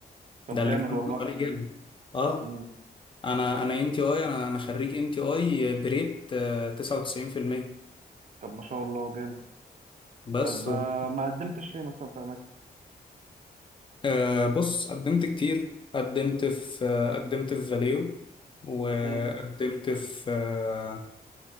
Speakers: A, on the right; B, on the left.
A: طب
B: ده اللي
A: جامد
B: كانوا
A: والله
B: بيقولوا عليه جامد اه
A: مم.
B: انا انا ان تي اي انا انا خريج ان تي اي بريت آه، 99%
A: طب ما شاء الله جامد
B: بس
A: طب آه،
B: و...
A: ما قدمتش ليه مثلا في اماكن
B: آه، بص قدمت كتير قدمت في آه، قدمت في فاليو وقدمت
A: مم،
B: في آه،